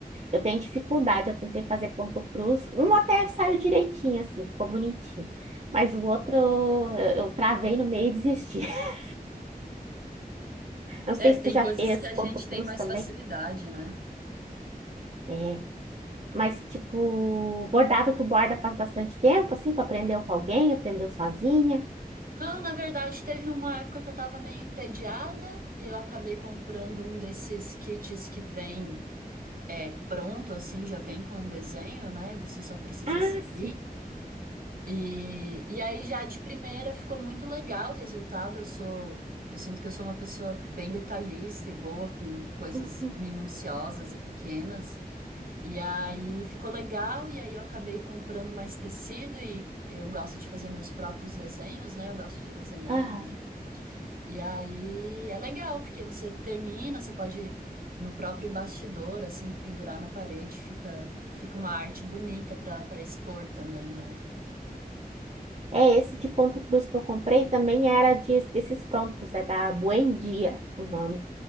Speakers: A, on the right; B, on the right.
A: Eu tenho dificuldade, eu tentei fazer ponto cruz. Um até saiu direitinho, assim, ficou bonitinho. Mas o outro eu, eu travei no meio e desisti. <laughs> Não sei
B: É, tem
A: se tu já
B: coisas
A: fez
B: que a gente
A: ponto cruz
B: tem mais
A: também.
B: facilidade, né?
A: É, mas tipo, bordado tu borda faz bastante tempo, assim, tu aprendeu com alguém, aprendeu sozinha.
B: Ah, na verdade, teve uma época que eu tava meio entediada e eu acabei comprando um desses kits que vem. é pronto, assim, já vem com o desenho, né? Você só precisa
A: Ah,
B: seguir.
A: sim.
B: E, e aí já de primeira ficou muito legal o resultado. Eu sou, eu sinto que eu sou uma pessoa bem detalhista e boa com coisas
A: Uhum.
B: minuciosas e pequenas. E aí ficou legal, e aí eu acabei comprando mais tecido e eu gosto de fazer meus próprios desenhos, né? Eu gosto de desenhar
A: Aham.
B: também. E aí é legal, porque você termina, você pode no próprio bastidor, assim, pendurar na parede, fica, fica uma arte bonita para para expor também, né?
A: É, esse de ponto cruz que eu comprei também era de- desses prontos, é da Buendia, o nome.